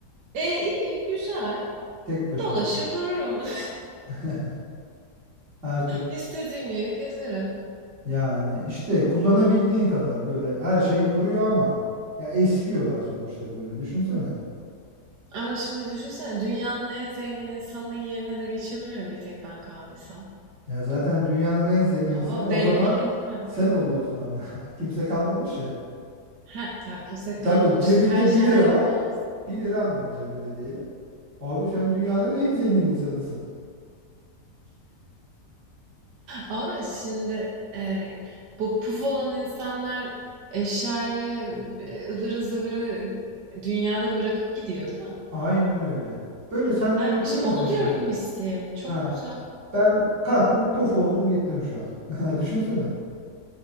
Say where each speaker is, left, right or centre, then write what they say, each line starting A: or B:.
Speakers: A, on the right; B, on the right.
A: e iyi güzel
B: Tek başınasın.
A: dolaşır dururum. <laughs>
B: <laughs> Artık
A: İstediğim yeri gezerim.
B: yani işte kullanabildiğin kadar böyle her şey duruyor ama ya eskiyorlar sonuçta böyle düşünsene.
A: Ama şimdi düşünsene dünyanın en zengin insanının yerine de geçebilirim bir tek ben kaldıysam.
B: Ya zaten dünyanın en zengin
A: Oo,
B: insanı
A: değme
B: o zaman
A: keyfime.
B: sen oluyorsun ama <laughs> kimse kalmamış ya.
A: Heh, tam kimse kalmamış
B: Tabii cebinde
A: da her şey
B: bir lira
A: aynı
B: var.
A: kalmış.
B: Bir liram var cebinde diyelim. Abi sen dünyanın en zengin insanısın.
A: Ama şimdi e, bu puf olan insanlar eşyayı e, ıvırı zıvırı dünyada bırakıp gidiyor değil mi?
B: Aynen öyle. Böyle senden
A: Ha,
B: oturuyoruz
A: işte onu
B: ya şimdi.
A: diyorum Misty'ye. Çok
B: Ha.
A: güzel.
B: Ben kalktım puf oldum gittim şu an. <laughs> Düşünsene.